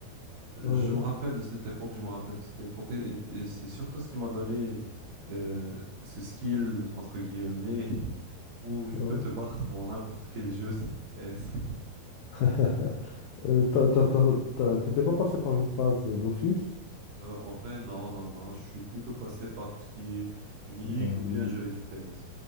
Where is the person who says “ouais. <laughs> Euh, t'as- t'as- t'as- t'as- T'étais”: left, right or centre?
Left